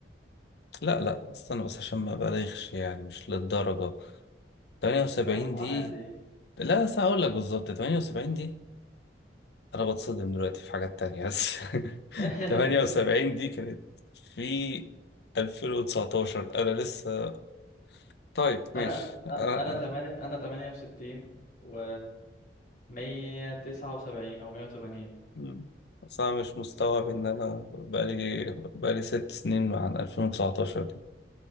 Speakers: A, on the left; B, on the left.
A: لا لا استنى بس عشان ما أبالغش يعني مش للدرجة 78
B: لا عادي
A: دي لا بس هقول لك بالظبط 78 دي انا بتصدم دلوقتي في حاجات تانية بس <laughs>
B: <laughs>
A: 78 دي كانت في 2019 انا لسه طيب ماشي
B: انا
A: أنا- أه.
B: انا تمانية انا 68 و 179 او 180
A: مم. بس انا مش مستوعب ان انا بقالي بقالي ست سنين عن 2019 دي